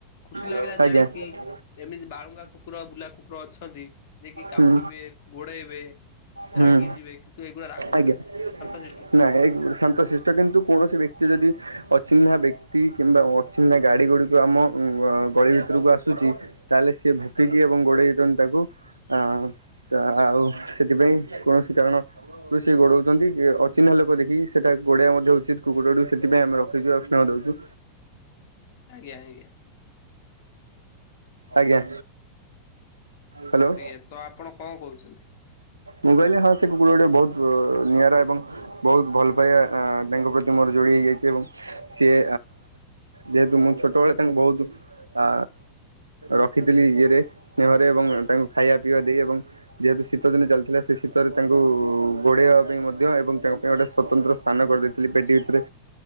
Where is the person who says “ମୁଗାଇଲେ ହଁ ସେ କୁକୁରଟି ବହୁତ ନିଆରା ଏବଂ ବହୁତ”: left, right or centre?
Right